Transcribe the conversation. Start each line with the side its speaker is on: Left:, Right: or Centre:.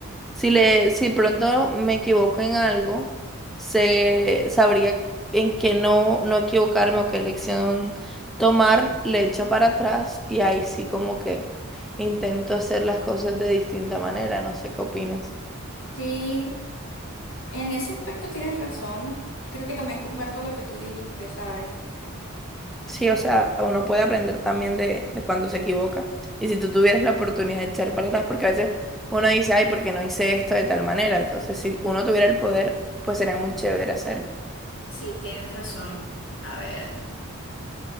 Centre: Si le, si pronto me equivoco en algo, se sabría en qué no, no equivocarme o qué lección tomar, le echo para atrás y ahí sí como que intento hacer las cosas de distinta manera, no sé qué opinas.
Left: Sí, en ese aspecto tienes razón. Creo que también comparto lo que tú dijiste, ¿sabes?
Centre: Sí, o sea, uno puede aprender también de, de cuando se equivoca. Y si tú tuvieras la oportunidad de echar para atrás, porque a veces uno dice, ay, porque no hice esto de tal manera? Entonces, si uno tuviera el poder, pues sería muy chévere hacerlo.
Left: Sí, tienes razón. A ver,